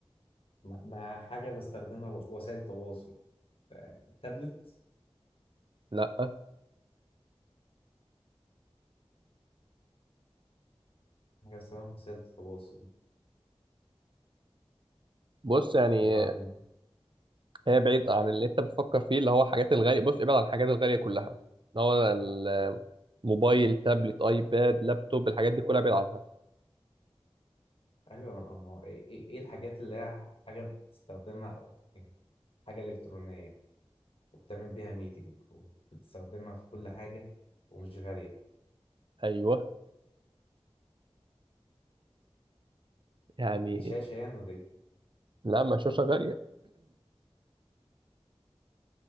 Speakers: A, on the left (about 60°); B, on the right (about 50°).
A: ما ما حاجة بستخدمها وسائل تواصل تابلت
B: لا
A: رسام خاصية التواصل
B: بص يعني
A: وبعمل
B: هي بعيد عن اللي انت بتفكر فيه اللي هو الحاجات الغاليه بص ابعد عن الحاجات الغاليه كلها اللي هو الموبايل تابلت ايباد لابتوب الحاجات دي كلها ابعد عنها
A: أيوة ما ما هو إيه, إيه إيه الحاجات اللي هي حاجة بتستخدمها أو يعني حاجة إلكترونية وبتعمل بيها ميتنج وبتستخدمها في كل حاجة ومش غالية
B: ايوه يعني
A: دي شاشة يعني ولا إيه؟
B: لا ما شاشه غاليه